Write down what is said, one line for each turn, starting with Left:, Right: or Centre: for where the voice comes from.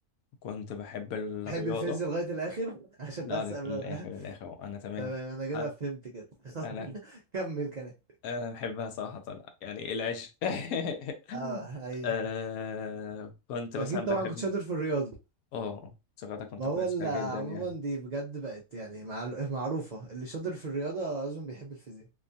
Left: كنت بحب الرياضة
Right: تحب الفيز لغاية الآخر <laughs> عشان
Left: لا
Right: بس قبل
Left: للآخر
Right: ما-
Left: للآخر
Right: <laughs>
Left: أنا تمام
Right: تمام أنا
Left: حتى
Right: كده فهمت كده <laughs>
Left: أنا
Right: كمل كلام
Left: أنا بحبها صراحة يعني إيه العيش <laughs>
Right: اه ايوه
Left: آه كنت
Right: اكيد
Left: مثلا
Right: طبعا
Left: بحب
Right: كنت شاطر في الرياضة
Left: اه صراحة كنت
Right: ما هو
Left: كويس
Right: ال-
Left: فيها
Right: عموما
Left: جدا يعني
Right: دي بجد بقت يعني معلو- معروفة اللي شاطر في الرياضة لازم بيحب الفيزياء